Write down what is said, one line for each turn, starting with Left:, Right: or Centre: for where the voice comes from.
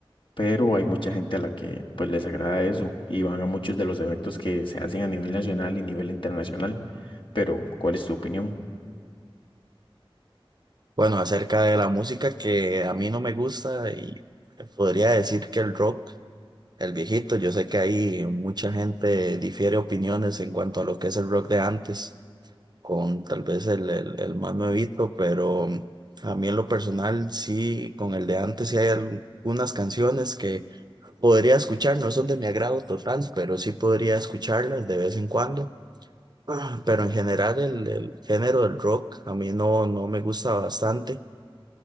Left: pero hay mucha gente a la que pues les agrada eso y van a muchos de los eventos que se hacen a nivel nacional y nivel internacional. Pero, ¿cuál es tu opinión?
Right: Bueno, acerca de la música que a mí no me gusta y podría decir que el rock El viejito, yo sé que ahí mucha gente difiere opiniones en cuanto a lo que es el rock de antes, con tal vez el, el, el más nuevito, pero mm, a mí en lo personal sí, con el de antes sí hay algunas canciones que podría escuchar, no son de mi agrado total, pero sí podría escucharlas de vez en cuando. <clears throat> Ah, Pero en general el, el género del rock a mí no, no me gusta bastante.